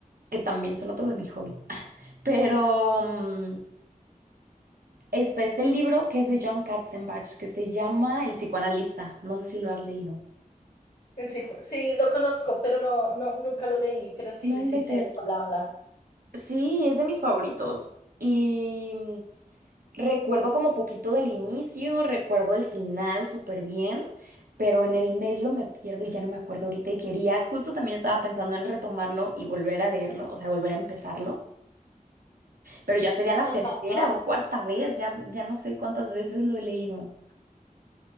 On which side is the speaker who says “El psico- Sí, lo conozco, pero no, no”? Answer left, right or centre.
Left